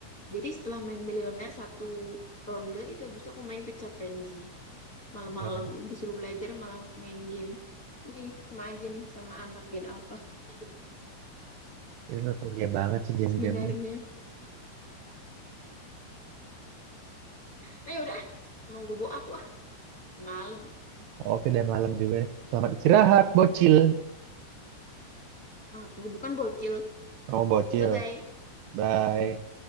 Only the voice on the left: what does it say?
Jadi setelah main Millionaire satu ronde itu habis itu aku main Pizza Frenzy. Malam-malam
disuruh belajar malah main game. Nih, sama aja nih sama anak Gen Alpha <laughs>
sebenarnya. Nah, yaudah, ah, mau bobo aku ah. Malam.
Aku bukan bocil.
Bye-bye.